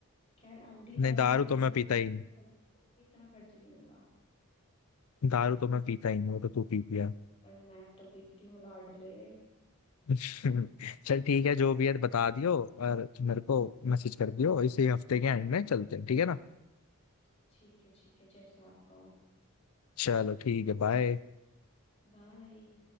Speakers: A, on the left; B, on the left.
A: खैर अंधी
B: नहीं
A: दारू
B: दारू
A: भी पिएगा
B: तो मैं
A: ना
B: पीता
A: तो
B: ही
A: भी खर्च-
B: नहीं
A: तो भी इतना खर्च नहीं होगा
B: दारू तो मैं पीता ही नहीं वो तो तू पी पिया
A: पर मैं तो पीती हूँ लाडले
B: <laughs> चल ठीक है जो भी है बता दियो और मेरे को मैसेज कर दियो इसी हफ्ते के एंड में चलते हैं ठीक है ना
A: जी ठीक है ठीक है जैसा आपका हो
B: चलो ठीक है बाय
A: बाय